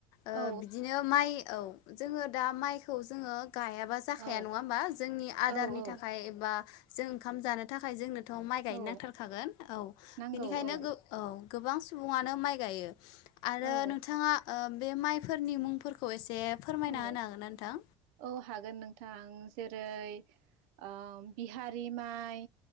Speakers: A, on the left; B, on the right.
A: ओ
B: औ
A: बिदिनो माइ औ जोङो दा माइखौ जोङो गायाबा जाखाया
B: औ
A: नङा होमबा जोंनि आदारनि
B: औ औ
A: थाखाय बा जों ओंखाम जानो थाखाय जोंनो थ माइ गायनो
B: औ
A: नांथारखागोन औ
B: नांगौ
A: बेनिखायनो
B: औ
A: औ गोबां सुबुङानो माइ गायो आरो
B: औ
A: नोंथाङा ओ बे माइफोरनि मुंफोरखौ एसे फोरमायना
B: औ
A: होनो हागोन ना नोंथां?
B: औ हागोन नोंथां आं जेरै ओम बिहारि माइ